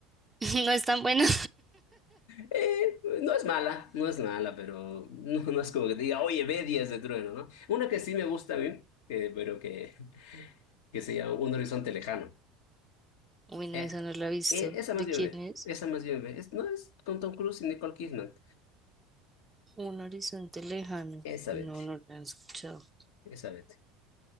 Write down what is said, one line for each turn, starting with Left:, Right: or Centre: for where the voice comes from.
Right: <laughs> No es tan buena.
Left: Eh, no es mala, no es mala, pero no, no es como que te diga, oye, ve Días de Trueno, ¿no? Una que sí me gusta a mí, eh, pero que, que se llama Un Horizonte Lejano.
Right: Uy, no,
Left: Eh,
Right: esa no la he visto.
Left: eh, esa más
Right: ¿De
Left: bien
Right: quién
Left: ve,
Right: es?
Left: esa más bien ve. Es- no es con Tom Cruise y Nicole Kidman.
Right: Un horizonte lejano.
Left: Esa
Right: No,
Left: vete,
Right: no la he escuchado.
Left: esa vete.